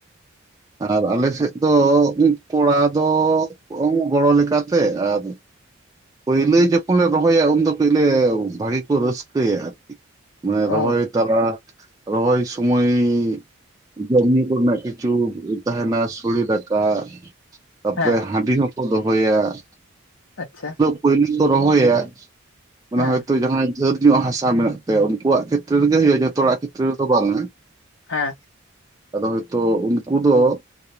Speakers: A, on the right (about 15°); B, on the left (about 70°).
A: ᱟᱨ ᱟᱞᱮ ᱥᱮᱫ ᱫᱚ ᱩᱸ ᱠᱚᱲᱟ ᱫᱚ ᱳᱸ ᱜᱚᱲᱚ ᱞᱮᱠᱟᱛᱮ, ᱟᱨ ᱯᱟᱹᱭᱞᱟᱹ ᱡᱚᱠᱷᱚᱱ ᱞᱮ ᱨᱚᱦᱚᱭᱟ ᱩᱱᱫᱚ ᱠᱟᱹᱡ ᱞᱮ ᱵᱷᱟᱜᱤ ᱠᱚ ᱨᱟᱹᱥᱠᱟᱹᱭᱟ ᱟᱨᱠᱤ ᱢᱟᱱᱮ ᱨᱚᱦᱚᱭ
B: ᱚ
A: <unintelligible> ᱨᱚᱦᱚᱭ ᱥᱚᱢᱚᱭ ᱾ ᱡᱚᱢ ᱧᱩ ᱠᱚᱨᱮᱱᱟᱜ ᱠᱤᱪᱷᱩ ᱛᱟᱦᱮᱱᱟ ᱥᱚᱲᱮ ᱫᱟᱠᱟ᱾ ᱛᱟᱯᱚᱨᱮ
B: ᱦᱮᱸ
A: ᱦᱟᱺᱰᱤ ᱦᱚᱸᱠᱚ ᱫᱚᱦᱚᱭᱟ ᱾
B: ᱟᱪᱷᱟ ᱾
A: ᱯᱩᱭᱞᱤ ᱠᱚ ᱨᱚᱦᱚᱭᱟ, ᱢᱟᱱᱮ
B: ᱦᱮᱸ
A: ᱦᱚᱭᱛᱚ ᱡᱟᱦᱟᱸᱭ ᱡᱚᱛ ᱧᱚᱜ ᱦᱟᱥᱟ ᱢᱮᱱᱟᱜ ᱛᱟᱭᱟ ᱩᱱᱠᱩᱣᱟᱜ ᱠᱷᱮᱛ ᱨᱮᱜᱮ ᱦᱩᱭᱩᱜᱼᱟ ᱡᱚᱛᱚ ᱦᱚᱲᱟᱜ ᱠᱷᱮᱛ ᱨᱮᱫᱚ ᱵᱟᱝᱼᱟ ᱾
B: ᱦᱮᱸ
A: ᱟᱫᱚ ᱦᱚᱭ ᱛᱚ ᱩᱱᱠᱩ ᱫᱚ ᱾